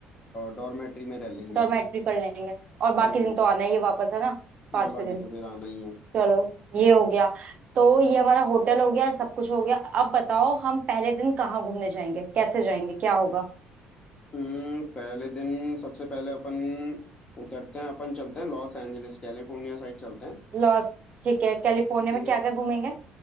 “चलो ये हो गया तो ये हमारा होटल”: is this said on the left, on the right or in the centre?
Right